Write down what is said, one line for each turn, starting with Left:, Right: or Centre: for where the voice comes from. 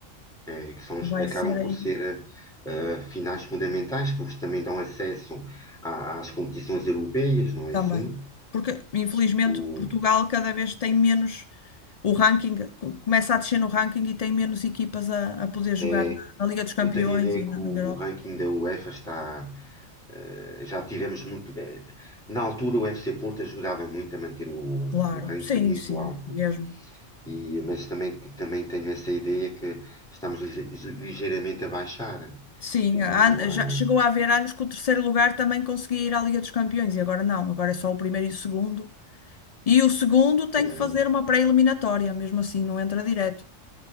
Centre: é, que são,
Left: Vai
Centre: os- acabam
Left: ser aí
Centre: por ser eh, finais fundamentais, porque também dão acesso à- às competições europeias, não é
Left: também.
Centre: assim?
Left: Porque, infelizmente,
Centre: O,
Left: Portugal cada vez tem menos o ranking, co- começa a descer no ranking e tem menos equipas a, a poder jogar
Centre: é,
Left: na, na Liga dos Campeões
Centre: eu tenho a ideia
Left: e
Centre: que
Left: na
Centre: o,
Left: Liga Europa.
Centre: o ranking da UEFA está. eh, já tivemos muito. eh, na altura, o FC Porto ajudava muito a manter o,
Left: Claro,
Centre: o ranking
Left: sim,
Centre: muito
Left: sim,
Centre: alto,
Left: mesmo.
Centre: e, mas também, que- também tenho essa ideia que estamos lige- ligeiramente a baixar.
Left: Sim,
Centre: O,
Left: há-
Centre: ah,
Left: já chegou a haver anos que o terceiro lugar também conseguia ir à Liga dos Campeões e agora não, agora é só o primeiro e o segundo. E o segundo tem
Centre: é,
Left: que fazer uma pré-eliminatória, mesmo assim, não entra direto.